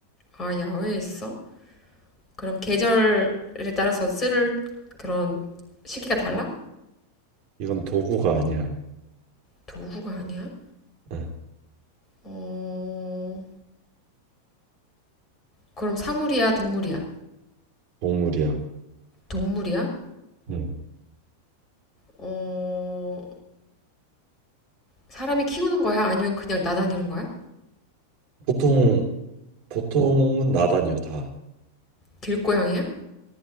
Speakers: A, on the left; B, on the right.
A: 아, 야외에 있어? 그럼 계절에 따라서 쓸 그런 시기가 달라?
B: 이건 도구가 아니야.
A: 도구가 아니야?
B: 응,
A: 어, 그럼 사물이야, 동물이야?
B: 동물이야.
A: 동물이야?
B: 응.
A: 어, 사람이 키우는 거야? 아니면 그냥 나다니는 거야?
B: 보통 보통은 나다니요 다
A: 길고양이야?